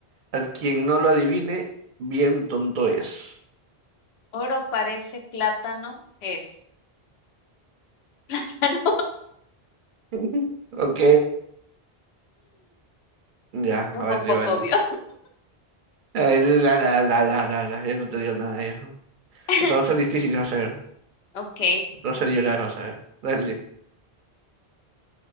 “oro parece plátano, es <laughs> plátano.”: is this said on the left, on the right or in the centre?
Left